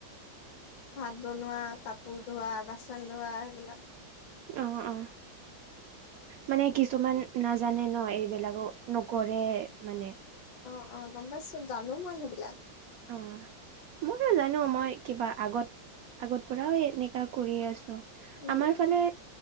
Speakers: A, on the left; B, on the right.
A: ভাত বনোৱা, কাপোৰ ধোৱা, বাচন ধোৱা সেইবিলাক।
B: অঁ অঁ।
A: <inaudible>
B: মানে কিছুমান নাজানে ন এইবিলাকো নকৰে মানে।
A: অঁ অঁ গম পাইছোঁ জানো মই সেইবিলাক।
B: অ মইও জানো মই কিবা আগত আগত পৰাও এনেকা কৰি আছোঁ,
A: উম,
B: আমাৰ ফালে